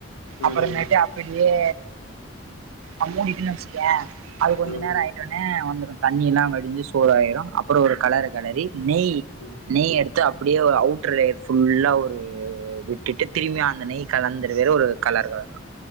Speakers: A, on the left; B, on the right.
A: ம்
B: அப்புறமேட்டு அப்டியே அம்மூடிட்டுன்னு வெச்சிக்கயேன் அது கொஞ்ச
A: ம்
B: நேர ஆயிட்டனே வந்துரு தண்ணி எல்லா வடிஞ்சு சோறாயிரு அப்பறோ ஒரு களறு களறி நெய்
A: ம்
B: நெய் எடுத் த்து அப்டியே ஒரு அவுட்டர் லேயர் ஃபுல்லா ஒரு விட்டுட்டு திரும்பி அந்த நெய் கலந்து வேற ஒரு கலர் வரணு